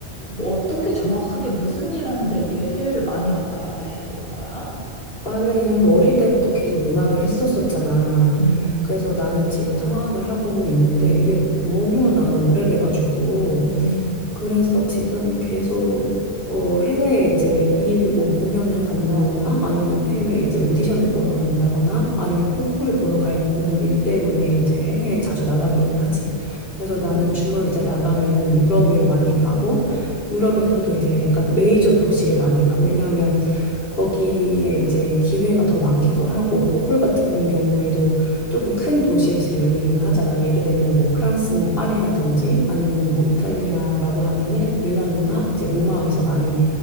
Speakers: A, in the centre; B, on the left (about 55°).
A: 뭐 어떻게 정확하게 무슨 일 하는데 이렇게 해외를 많이 왔다 갔다 해야 되는 거야?
B: 나는 어릴 때부터 계속 음악을 했었었잖아.
A: 응, 응,
B: 그래서 나는 지금 성악을 하고 있는데 이게 너무 나는 오래돼가지고
A: 응.
B: 그래서 지금 계속 어, 해외에 이제 일, 뭐 공연을 간다거나 아니면 해외 이제 오디션을 보러 간다거나 아니면 콩쿠르 보러 가는 일 때문에 이제 해외에 자주 나가기는 하지. 그래서 나는 주로 이제 나가면은 유럽을 많이 가고 유럽에서도 이제 약간 메이저 도시를 많이 가. 왜냐하면 거기에 이제 기회가 더 많기도 하고 콩쿨 같은 경우에도 조금 큰 도시에서 열리기는 하잖아. 예를 들면 뭐 프랑스면 파리라든지 아니면은 뭐 이탈리아라고 하면은 밀라노나 이제 로마에서 많이